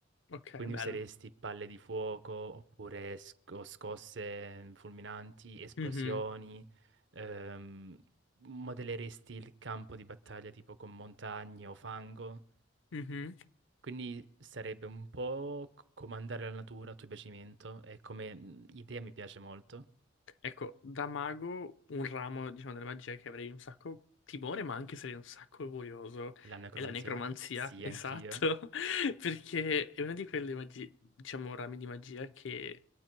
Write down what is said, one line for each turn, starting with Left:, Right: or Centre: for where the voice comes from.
Left: Ok,
Right: Quindi
Left: bello.
Right: useresti palle di fuoco oppure sco- scosse mm, fulminanti, esplosioni,
Left: Mhm,
Right: ehm, modelleresti il campo di battaglia tipo con montagne o fango.
Left: mhm.
Right: Quindi sarebbe un po' c- comandare la natura a tuo piacimento e come mh, idea mi piace molto.
Left: Ecco, da mago un ramo, diciamo, della magia che avrei un sacco timore, ma anche sarei un sacco curioso,
Right: La necromanzia?
Left: è la necromanzia,
Right: Sì,
Left: <laughs> esatto,
Right: anch'io.
Left: <laughs> perché è una di quelle magi- diciamo, rami di magia che